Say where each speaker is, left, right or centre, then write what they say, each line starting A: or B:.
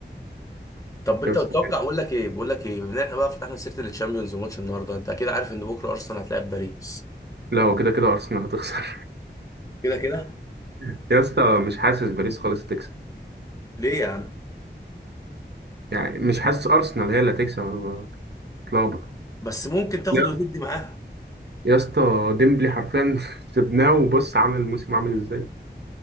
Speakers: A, on the left; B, on the right.
A: طب انت
B: يا اسطى
A: تتوقع اقول لك ايه بقول لك ايه بما ان احنا بقى فتحنا سيره الشامبيونز وماتش النهارده انت اكيد عارف ان بكره ارسنال هتلاعب باريس
B: لا هو كده كده ارسنال هتخسر
A: كده كده
B: <laughs> يا اسطى مش حاسس باريس خالص تكسب
A: ليه يا عم
B: يعني مش حاسس أرسنال هي اللي هتكسب أنا بتلخبط
A: بس ممكن تاخد
B: يا
A: وتدي معاها
B: يا اسطى ديمبلي حرفيا <laughs> سيبناه وبص عامل الموسم عامل ازاي